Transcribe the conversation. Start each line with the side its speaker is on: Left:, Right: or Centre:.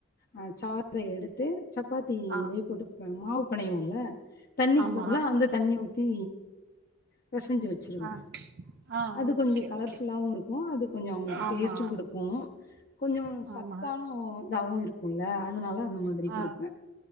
Left: அ சார எடுத்து சப்பாத்திலே
Right: ஆ
Left: போட்டு இப்ப மாவு பெனைவோல தண்ணிக்கு
Right: ஆமா
Left: பதிலா அந்த தண்ணி ஊத்தி பெசஞ்சு வச்சுருவே
Right: ஆ ஆ
Left: அது கொஞ்ச
Right: ஓகே
Left: கலர்ஃபுல்லாவு
Right: ஓகே
Left: இருக்கு அது கொஞ்சமக்ஷ அவுங்களுக்கு
Right: ஆமா
Left: டேஸ்ட்டு குடுக் கு கொஞ்ச சத்தான
Right: ஆமா
Left: இதாவு இருக்குல்ல அதனால அந்த மாதிரி குடுப்பே
Right: ஆ